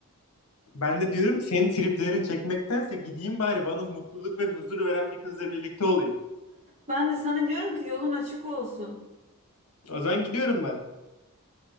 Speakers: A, on the left; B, on the right.
A: Ben de diyorum senin triplerini çekmektense gideyim bari bana mutluluk ve huzur veren bir kızla birlikte olayım.
B: Ben de sana diyorum ki yolun açık olsun.
A: O zaman gidiyorum ben.